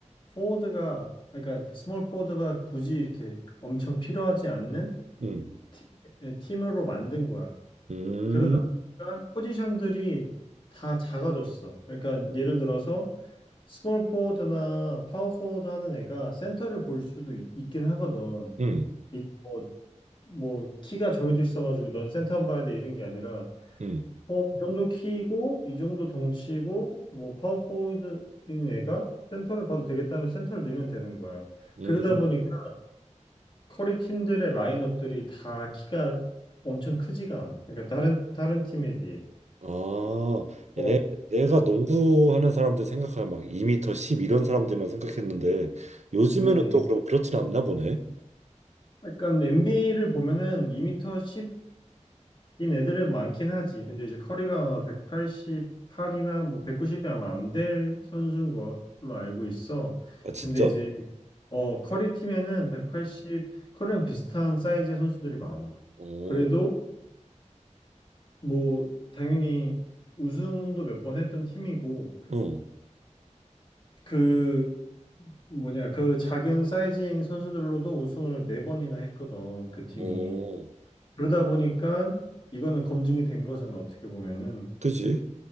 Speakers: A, on the left; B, on the right.
A: 포워드가 그러니까 그 스몰 포워드가 굳이 이렇게 엄청 필요하지 않는
B: 응,
A: 팀, 예, 팀으로 만든 거야.
B: 음,
A: 그러다 보니까 포지션들이 다 작아졌어. 그러니까 예를 들어서 스몰 포워드나 파워 포워드 하는 애가 센터를 볼 수도 있, 긴 하거든.
B: 응
A: 이- 뭐, 뭐 키가 정해져 있어가지고 넌 센터만 봐야 돼 이런 게 아니라
B: 응
A: 어, 이 정도 키고, 이 정도 덩치고, 뭐, 파워포워드인 애가 센터를 봐도 되겠다면 센터를 넣으면 되는 거야.
B: 응
A: 그러다 보니까 커리 팀들의 라인업들이 다 키가 엄청 크지가 않아. 그러니까 다른, 다른 팀에 비해.
B: 아, 내,
A: 어,
B: 내가 농구하는 사람들 생각하면 막 2미터 10 이런 사람들만 생각했는데 요즘에는
A: 음.
B: 또 그럼 그렇진 않나 보네.
A: 약간 NBA를 보면은 2m 10인 애들은 많긴 하지. 근데 이제 커리가 아마 188이나 뭐 190이 아마 안 될 선수인 걸로 알고 있어.
B: 아, 진짜?
A: 근데 이제 어, 커리 팀에는 180, 커리랑 비슷한 사이즈의 선수들이 많아.
B: 어,
A: 그래도 뭐 당연히 우승도 몇 번 했던 팀이고
B: 어,
A: 그 뭐냐 그 작은 사이즈인 선수들로도 우승을 네 번이나 했거든 그 팀이.
B: 어,
A: 그러다 보니까 이거는 검증이 된 거잖아 어떻게 보면은.
B: 그지?